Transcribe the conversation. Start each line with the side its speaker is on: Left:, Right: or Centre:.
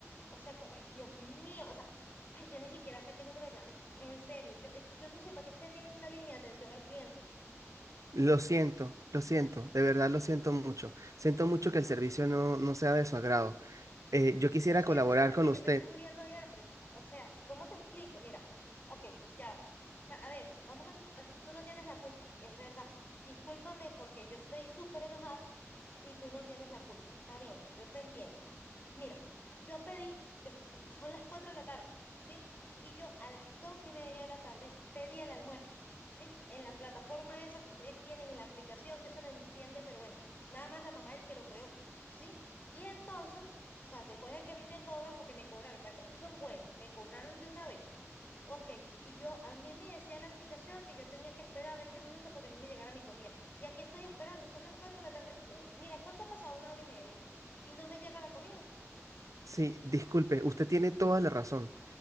Left: O sea, co- ay, Dios mío, o sea, ay, yo ni siquiera sé a qué número llamé. En serio, yo, eh, yo no sé para qué se tienen una línea de atención al cliente.
Right: Lo siento, lo siento, de verdad lo siento mucho. Siento mucho que el servicio no, no sea de su agrado. Eh, yo quisiera
Left: Yo siento
Right: colaborar
Left: más
Right: con
Left: que
Right: usted.
Left: yo me estoy muriendo de hambre. O sea, ¿cómo te explico? Mira, ok, ya va. Va- A ver, vamos a, a- tú no tienes la culpa, es verdad. Discúlpame porque yo estoy súper enojada y tú no tienes la culpa. Está bien, yo te entiendo. Mira, yo pedí, te- te- son las 4 de la tarde, ¿sí? Y yo a las 2 y media de la tarde pedí el almuerzo, ¿sí? En la plataforma esa que ustedes tienen, en la aplicación, que eso lo entiende, pero bueno, nada más la mamá es el que lo creó, ¿sí? Y entonces, o sea, después de que a mí me cobran, porque me cobraron, para eso sí son buenos, me cobraron de una vez. Ok, y yo, a mí me decía la aplicación que yo tenía que esperar 20 minutos para que a mí me llegara mi comida. Y aquí estoy esperando, son las 4 de la tarde. Uh, mira, ¿cuánto ha pasado? Una hora y media. Y no me llega la comida.
Right: Sí, disculpe, usted tiene toda la razón.